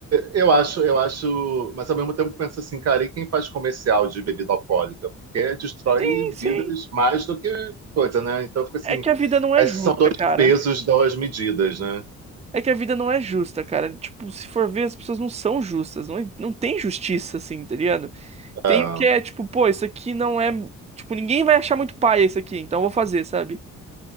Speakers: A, on the right; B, on the right.
A: eu acho, eu acho, mas ao mesmo tempo eu penso assim, cara, e quem faz comercial de bebida alcoólica? Porque destrói
B: Sim,
A: vidas
B: sim.
A: mais do que coisa, né? Então fica assim,
B: É que a vida não
A: parece
B: é justa,
A: que são dois
B: cara.
A: pesos, duas medidas, né?
B: É que a vida não é justa, cara. Tipo, se for ver, as pessoas não são justas. Não, não tem justiça, assim, tá ligado?
A: Ah,
B: Tem o que é tipo, pô, isso aqui não é. Tipo, ninguém vai achar muito paia isso aqui, então eu vou fazer, sabe?